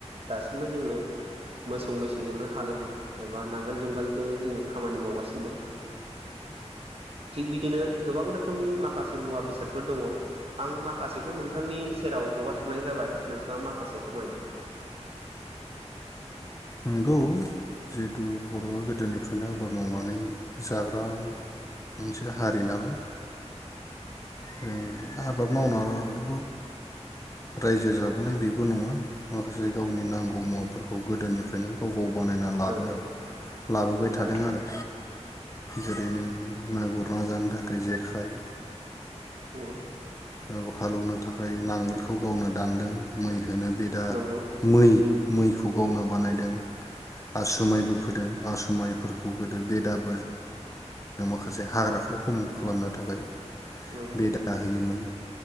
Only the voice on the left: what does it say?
नंगौ। जिहेतु बर'आ गोदोनिफ्रायनो आबाद मावनानै जाग्रा मोनसे हारि नालाय। जों आबाद मावनाल' रायजो जाबोनाय बेबो नङा माखासे गावनि नांगौ मुवाफोरखौ गोदोनिफ्रायनो गाव गाव बानायना लाबो
लाबोबाय
थादों आरो। जेरै नों ना गुरना जानो थाखाय जेखाइ।
औ हाल एवनो थाखाय नांगोलखौ गावनो दानदों मै होनो बेदा
मै मैखौ गावनो बानायदों आसु
माइबो। फोदों आसु माइफोरखौ गोदो बेदाबो जों माखासे हाग्राखौ खम खालामनो थाखाय
बेदा होयोमोन